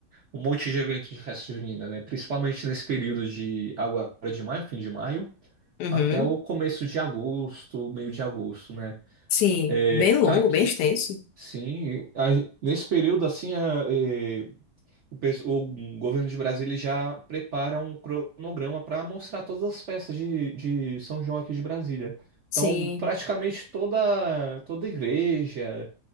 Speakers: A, on the right; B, on the left.
A: Um monte de evento de festa junina, né? Principalmente nesse período de agora de maio, fim de maio,
B: Uhum.
A: até o começo de agosto, meio de agosto, né?
B: Sim,
A: É,
B: bem longo,
A: aqui,
B: bem extenso.
A: sim, a- nesse período assim, é, é, o, pes- o governo de Brasília já prepara um cronograma para mostrar todas as festas de, de São João aqui de Brasília.
B: Sim,
A: Então, praticamente toda toda igreja,